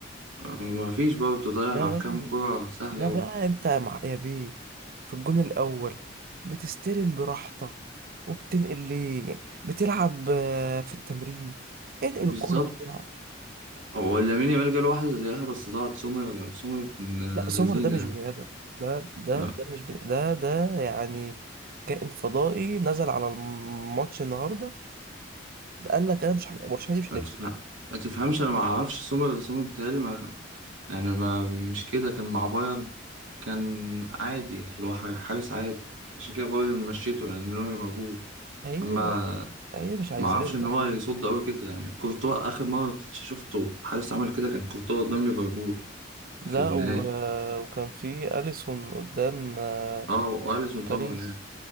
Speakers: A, on the right (about 85°); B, on the right (about 50°).
A: ما فيش برضه ضيع
B: ده
A: كام كرة سهلة
B: ده بقى انت يا مع يا بيه في الجون الاول بتستلم براحتك وبتنقل ليه بتلعب آه، في التمرين انقل
A: بالظبط
B: الكرة بسرعة
A: هو لامين يامال جاله واحدة زيها بس ضاعت سمر سمر ابن
B: لا سمر
A: لذينة
B: ده مش بني ادم ده ده
A: أه،
B: ده مش بني ده ده يعني كائن فضائي نزل على الماتش النهارده قال لك انا مش هج- برشلونة دي مش
A: ما
B: هتكسب
A: تفهم- ما تفهمش أنا ما أعرفش سمر سمر بتهيألي ما يعني ما مش كده كان مع بايرن كان عادي اللي هو حارس عادي عشان كده بايرن مشيته لأن نوير موجود
B: هي
A: أما
B: هي مش عايزانا
A: ما اعرفش ان هو يصد قوي كده يعني كورتوا اخر مره شفته حارس عمل كده كان كورتوا قدام ليفربول في
B: لا
A: النهائي
B: و... وكان في اليسون قدام آه،
A: اه واليسون
B: باريس
A: طبعا يعني